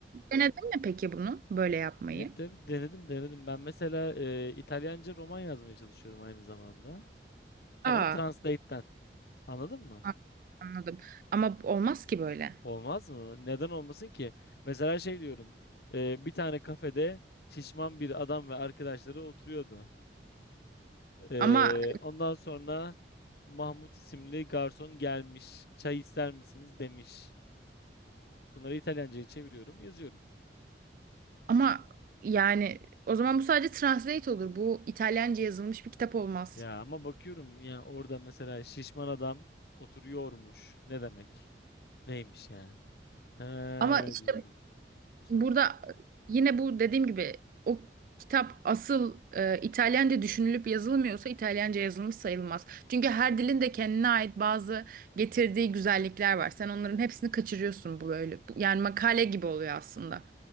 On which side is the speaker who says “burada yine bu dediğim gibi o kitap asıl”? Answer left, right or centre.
Right